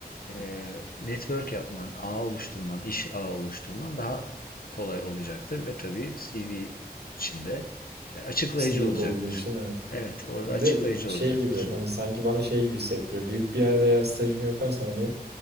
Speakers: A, on the left; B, on the right.
A: eee, network yapman, ağ oluşturman, iş ağı oluşturman daha kolay olacaktır ve tabii CV içinde e, açıklayıcı
B: CV
A: olacaktır.
B: doluluğu için evet.
A: Evet, orada
B: Bir
A: açıklayıcı
B: de şey
A: olacaktır.
B: gibi hani sanki bana şey gibi hissettiriyor. Büyük bir yerde eğer stajımı yaparsam hani